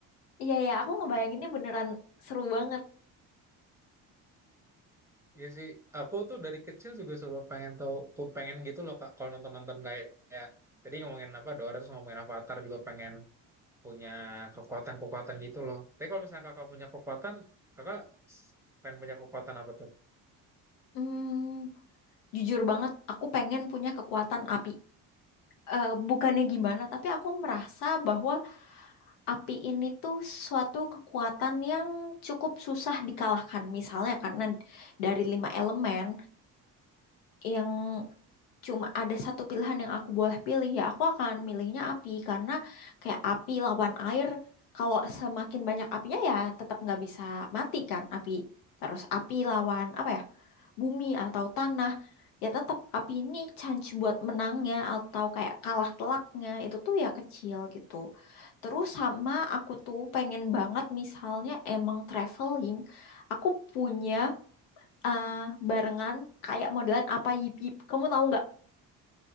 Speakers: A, on the left (about 85°); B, in the centre.
A: Iya iya aku ngebayanginnya beneran seru banget.
B: Iya sih, aku tuh dari kecil juga selalu pengen tahu, tuh pengen gitu loh kak. Kalau nonton-nonton kayak, kayak tadi ngomongin apa Dora terus ngomongin Avatar juga pengen punya kekuatan-kekuatan gitu loh. Tapi kalau misalnya kakak punya kekuatan, kakak s- pengen punya kekuatan apa tuh?
A: Hmm, jujur banget aku pengen punya kekuatan api. Eh bukannya gimana tapi aku merasa bahwa api ini tuh suatu kekuatan yang cukup susah dikalahkan. Misalnya karena dari lima elemen yang cuma ada satu pilihan yang aku boleh pilih ya aku akan milihnya api karena kayak api lawan air kalau semakin banyak apinya ya tetap nggak bisa mati kan api terus api lawan apa ya bumi atau tanah ya tetap api ini chance buat menangnya atau kayak kalah telaknya itu tuh ya kecil gitu terus sama aku tuh pengen banget misalnya emang traveling aku punya eh, barengan kayak modelan apa yip yip kamu tahu nggak